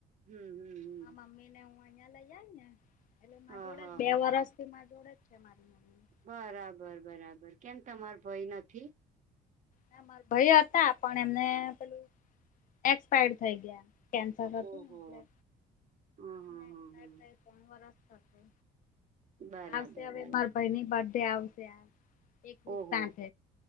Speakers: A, on the right; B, on the left.
A: હમ હમ હમ
B: આ મમ્મી ને હું અહિયાં લઈ આવીઈ ને એટલે
A: હા
B: જોડે
A: હા
B: જ બે
A: હા
B: વરષ થી મા જોડે જ છે મારી મમ્મી
A: બરાબર બરાબર કેમ તમાર ભય નથી
B: ના મારા ભાઈ હતા પણ એમને પેલું એક્સપાયર્ડ થઈ ગયા કેન્સર હતું
A: ઓહો
B: ને એલે
A: હ હ હ
B: ણ
A: હ
B: વરષ થશે
A: બરાબર
B: આવશે હવે
A: બરાબર
B: ભાઈની બર્થડે આવશે એક વસ
A: ઓહો
B: સાં